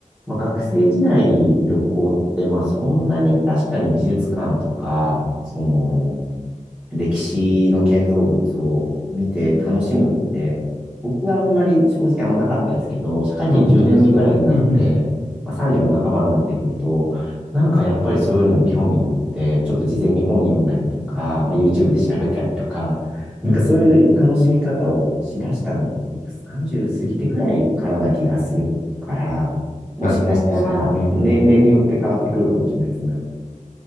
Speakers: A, in the centre; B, on the left.
A: まあ、学生時代旅行って、まあそんなに確かに美術館とか、その、歴史の建造物を見て楽しむって、僕はあんまり正直あんまなかったんですけど、社会人10年目くらいになって、
B: あ、本当ですか。うんうん。
A: まあ、30も半ばになってくると、なんかやっぱりそういうのに興味持って、ちょっと事前に本読んだりとか、まあ、YouTube で調べたりとか、なんかそういう楽しみ方をしだしたのって僕30過ぎてくらいからな気がするから、
B: うんうん。
A: もしかしたら年齢によって変わってくるかもしれないですね。
B: あ、でもいいですね。うんうん。